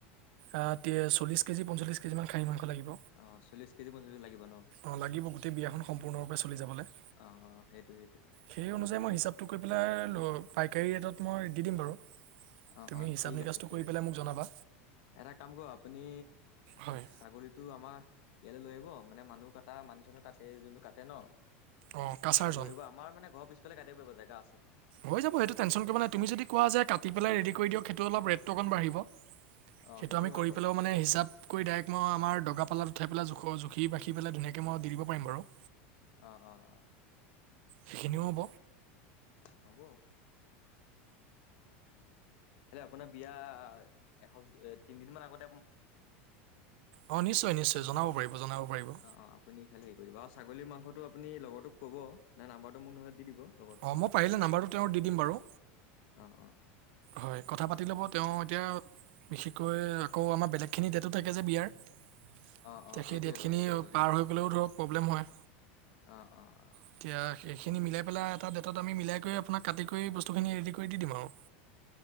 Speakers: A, on the right; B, on the left.
A: আ, তিয়ে চল্লিছ কেজি, পঞ্চল্লিছ কেজিমান খাঁহী মাংস লাগিব।
B: অ', চল্লিছ কেজি পঞ্চলিছ লাগিব ন'?
A: অ', লাগিব গোটেই বিয়াখন সম্পূৰ্ণৰূপে চলি যাবলে।
B: অ', সেইটো সেইটো।
A: সেই অনুযায়ী মই হিচাপটো কৰি পেলাই, ল-পাইকাৰী ৰেটত মই দি দিম বাৰু।
B: অ',
A: তুমি
B: অ',
A: হিচাপ
B: ঠিক
A: নিকাচটো
B: আছে, ঠিক
A: কৰি পেলাই
B: আছে।
A: মোক জনাবা
B: এটা কাম কৰিব আপুনি,
A: হয়
B: ছাগলীত টো আমাৰ ইয়ালৈ লৈ আহিব, মানে মানুহ কাটা, মানুহ চানুহ কাটে, যোনটো কাটে ন'
A: অঁ কাছাৰজন
B: এ লৈ আহিব। আমাৰ মানে ঘৰ পিছফালে কাটিব পাৰিব। জেগা আছে।
A: হৈ যাব, সেইটো টেঞ্চন কৰিব নাই। তুমি যদি কোৱা যে কাটি পেলাই ৰেডি কৰি দিয়ক, সেইটো অলপ ৰেটটো অকণ বাঢ়িব।
B: অ',
A: সেইটো আমি
B: হয়
A: কৰি
B: বাৰু
A: পেলাও মানে হিচাপ কৰি ডাইৰেক্ট মই আমাৰ দগা পাল্লাত উঠাই পেলাই জোখ-জোখি মাখি পেলাই ধুনীয়াকৈ মই দি দিব পাৰিম বাৰু।
B: অ' অ' অ'।
A: সেইখিনিও হ'ব।
B: হ'ব হ'ব। নহ'লে আপোনাৰ বিয়া, এখন-তিনদিন মান আগত
A: অ', নিশ্চয় নিশ্চয়। জনাব পাৰিব, জনাব পাৰিব।
B: অ', অ', আপুনি খালী হেৰি কৰিব, আৰু ছাগলীৰ মাংসটো আপুনি লগৰটোক ক'ব। নাইবা নাম্বাৰটো মোক নহ'লে দি দিব। লগৰটোৰ।
A: অ', মই পাৰিলে নাম্বাৰটো তেওঁৰ দি দিম বাৰু।
B: অ', অ', অ',
A: হয়। কথা পাতি ল'ব তেওঁ এতিয়া বিশেষকৈ আকৌ আমাৰ বেলেগখিনি ডেটো থাকে যে বিয়াৰ।
B: অ',
A: এতিয়া
B: অ', সেইটোৱে
A: সেই ডেটখিনি
B: হয় সেইটো হয় বাৰু
A: পাৰ হৈ গ'লেও ধৰক প্ৰব্লেম হয়।
B: অ' অ' অ'।
A: এতিয়া সেইখিনি মিলাই পেলাই এটা ডেটত আমি মিলাই কৰি, আপোনাক কাটি কৰি, বস্তুখিনি ৰেডি কৰি দি দিম আৰু।